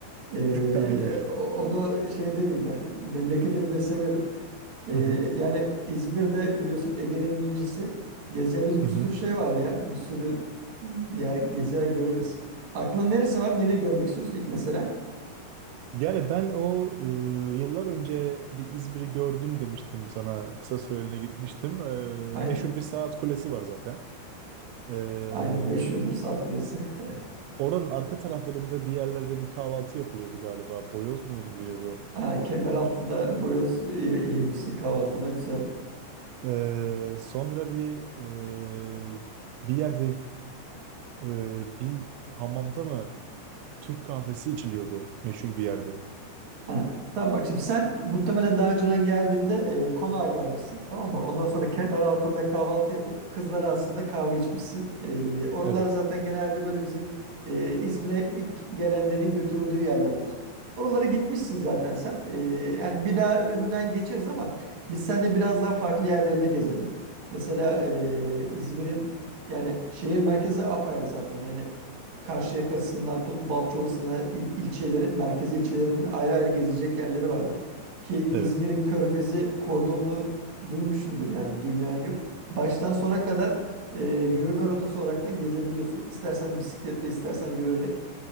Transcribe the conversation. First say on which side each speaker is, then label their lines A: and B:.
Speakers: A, on the right; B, on the right.
A: Ee,
B: Aynen.
A: o- onu şey demeyeyim yani memleketimi de severim. Ee,
B: Hı hı.
A: yani İzmir'de biliyorsun Ege'nin incisi. Gezeceğimiz
B: Hı
A: bir
B: hı.
A: sürü şey var ya. Bir sürü yer gezer görürüz. Aklın neresi var? Nereyi görmek istiyorsun ilk mesela?
B: Yani ben o e, yıllar önce bir İzmir'i gördüm demiştim sana. Kısa süreliğine gitmiştim. E,
A: Aynen.
B: meşhur bir saat kulesi var zaten. E,
A: Aynen meşhurdur saat kulesi. <laughs>
B: oranın arka taraflarında bir yerlerde bir kahvaltı yapılıyordu galiba. Boyoz mu yeniliyordu?
A: Ha, Kemeraltı'nda boyoz y- yemişsin kahvaltıda güzel.
B: E, sonra bir e, bir yerde e, bir hamamda mı Türk kahvesi içiliyordu meşhur bir yerde.
A: Ha, Tamam bak şimdi sen muhtemelen daha önceden geldiğinde e, konağa gelmişsin tamam mı? Ondan sonra kemer altında kahvaltı yapıp kızlara aslında kahve içmişsin. E, oralar
B: Evet.
A: zaten genelde böyle bizim e, İzmir'e ilk gelenlerin götürüldüğü yerlerdir. Oralara gitmişsin zaten sen. E, yani bir daha önünden geçeriz ama biz seninle biraz daha farklı yerlerini gezelim. Mesela e, İzmir'in yani şehir merkezi apayrı zaten yani Karşıyaka'sından tut Balçova'sına il, ilçeleri, merkezi ilçelerinin ayrı ayrı gezecek yerleri vardır. Ki
B: Evet.
A: İzmir'in Körfezi kordonlu duymuşsundur yani duymayan yok. Baştan sona kadar e, yürüme rotası olaraktan gezebiliyorsun. İstersen bisikletle istersen yürüyerek.